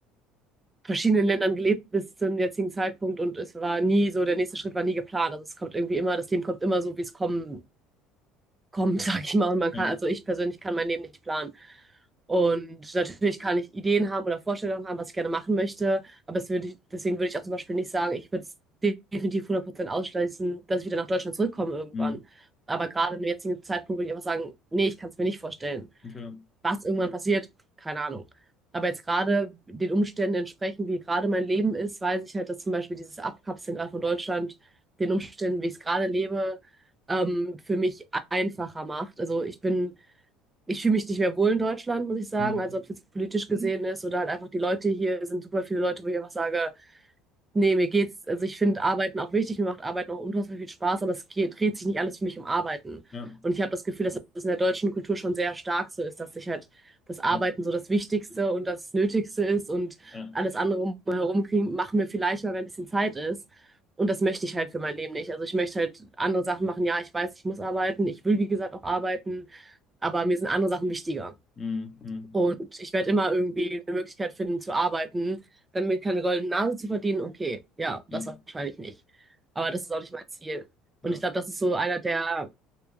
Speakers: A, on the right (about 15°); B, on the left (about 30°).
A: verschiedenen Ländern gelebt bis zum jetzigen Zeitpunkt und es war nie so, der nächste Schritt war nie geplant. Also es kommt irgendwie immer, das Leben kommt immer so, wie es kommen kommt, <laughs> sag ich mal. Und man
B: Ja.
A: kann, also ich persönlich kann mein Leben nicht planen. Und natürlich kann ich Ideen haben oder Vorstellungen haben, was ich gerne machen möchte. Aber es würde ich, deswegen würde ich auch zum Beispiel nicht sagen, ich würde es definitiv 100% ausschließen, dass ich wieder nach Deutschland zurückkomme irgendwann.
B: Mhm.
A: Aber gerade im jetzigen Zeitpunkt würde ich einfach sagen, nee, ich kann es mir nicht vorstellen.
B: Okay.
A: Was irgendwann passiert, keine Ahnung. Aber jetzt gerade den Umständen entsprechend, wie gerade mein Leben ist, weiß ich halt, dass zum Beispiel dieses Abkapseln gerade von Deutschland den Umständen, wie ich es gerade lebe, ähm, für mich einfacher macht. Also ich bin, ich fühle mich nicht mehr wohl in Deutschland, muss ich sagen.
B: Mhm.
A: Also ob es jetzt politisch gesehen ist oder halt einfach die Leute hier sind super viele Leute, wo ich einfach sage, Nee, mir geht's, also ich finde Arbeiten auch wichtig, mir macht Arbeiten auch unfassbar viel Spaß, aber es geht, dreht sich nicht alles für mich um Arbeiten.
B: Ja.
A: Und ich habe das Gefühl, dass das in der deutschen Kultur schon sehr stark so ist, dass sich halt das Arbeiten
B: Ja.
A: so das Wichtigste und das Nötigste ist und
B: Ja.
A: alles andere umherum kriegen, machen wir vielleicht mal, wenn ein bisschen Zeit ist. Und das möchte ich halt für mein Leben nicht. Also ich möchte halt andere Sachen machen. Ja, ich weiß, ich muss arbeiten. Ich will, wie gesagt, auch arbeiten, aber mir sind andere Sachen wichtiger.
B: Mhm. Mhm.
A: Und ich werde immer irgendwie eine Möglichkeit finden zu arbeiten, dann mir keine goldene Nase zu verdienen. Okay, ja, das
B: Ja.
A: wahrscheinlich nicht. Aber das ist auch nicht mein Ziel.
B: Ja.
A: Und ich glaube, das ist so einer der,